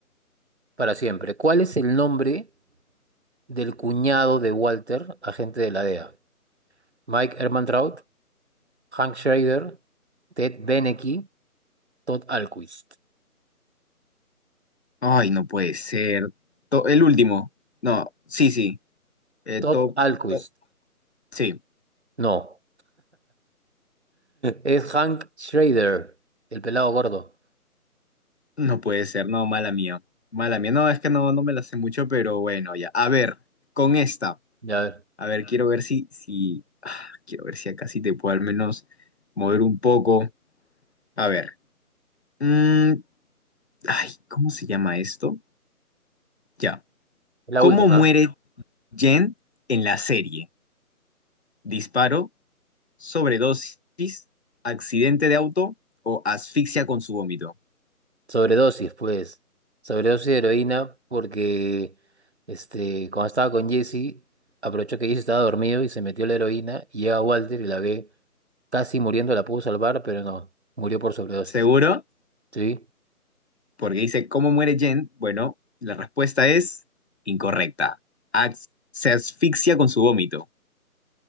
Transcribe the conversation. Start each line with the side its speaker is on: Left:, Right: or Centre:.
Right: para siempre. ¿Cuál es el nombre del cuñado de Walter, agente de la DEA? Mike Ehrmantraut, Hank Schrader, Ted Benecke, Todd Alquist.
Left: Ay, no puede ser. To- el último. No, sí, sí. Eh,
Right: Todd
Left: top,
Right: Alquist.
Left: top. Sí.
Right: No. Es Hank Schrader, el pelado gordo.
Left: No puede ser, no, mala mía. Mala mía. No, es que no, no me la sé mucho, pero bueno, ya. A ver, con esta.
Right: Ya ver,
Left: A ver, quiero ver si, si, ah, quiero ver si acá sí te puedo al menos mover un poco. A ver. Mm, ay, ¿cómo se llama esto? Ya.
Right: es la
Left: ¿Cómo
Right: última.
Left: muere Jen en la serie? ¿Disparo, sobredosis, accidente de auto o asfixia con su vómito?
Right: Sobredosis, pues. Sobredosis de heroína porque este, cuando estaba con Jesse, aprovechó que Jesse estaba dormido y se metió la heroína y llega Walter y la ve casi muriendo, la pudo salvar, pero no, murió por sobredosis.
Left: ¿Seguro?
Right: ¿Sí?
Left: porque dice, ¿cómo muere Jen? Bueno, la respuesta es incorrecta. Ax- se asfixia con su vómito.